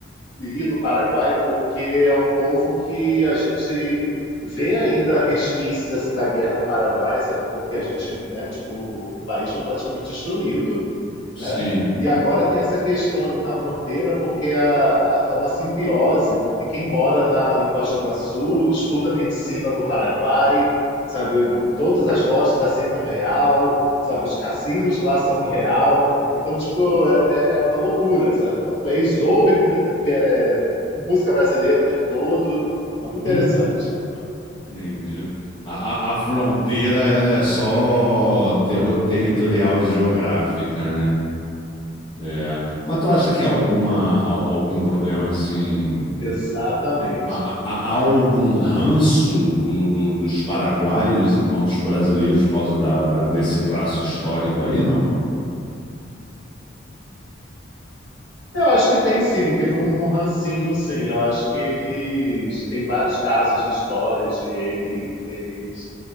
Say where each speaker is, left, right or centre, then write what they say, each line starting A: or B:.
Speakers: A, on the left; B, on the left.
A: ir no Paraguai porque é um povo que a gente vê ainda resquícios assim da guerra do Paraguai, sabe? Porque a gente, né, tipo, o país foi praticamente destruído.
B: Sim.
A: né? E
B: <laughs>
A: agora tem essa questão ali na fronteira, porque a- a- é uma simbiose, porque quem mora na, em Foz do Iguaçu estuda medicina no Paraguai, sabe? Todas as lojas aceitam real, sabe? Os cassinos lá são em real. Então, tipo, é, é é uma loucura, sabe? É Uma loucura. Eles ouvem comi- é, é, música brasileira o tempo todo. É muito interessante.
B: Hum, Entendi. A, a- a fronteira, ela é só terro- territorial geográfica, né? É. Mas tu acha que há alguma, al- algum problema assim?
A: Exatamente.
B: Há, há- há algum ranço do- do- dos paraguaios enquanto os brasileiros por causa da- da- desse traço histórico aí, não?
A: Eu acho que tem sim, tem um um rancinho sim. Eu acho que eles tem vários casos de histórias de ele, deles,